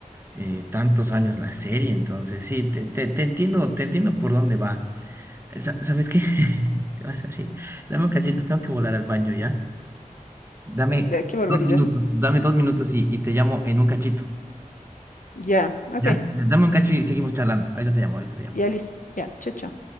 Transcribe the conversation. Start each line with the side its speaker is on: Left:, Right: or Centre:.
Right: eh, tantos años la serie. Entonces, sí, te, te, te entiendo, te entiendo por dónde va. Sa- ¿Sabes qué? <laughs> Te vas a reír. Dame un cachito, tengo que volar al baño, ¿ya? Dame
Left: Ve, Qué barbaridad.
Right: dos minutos, dame dos minutos y, y te llamo en un cachito,
Left: Ya, ok.
Right: ¿ya? Dame un cacho y seguimos charlando. Ahorita te llamo, ahorita te llamo.
Left: Ya listo. Ya, chao, chao.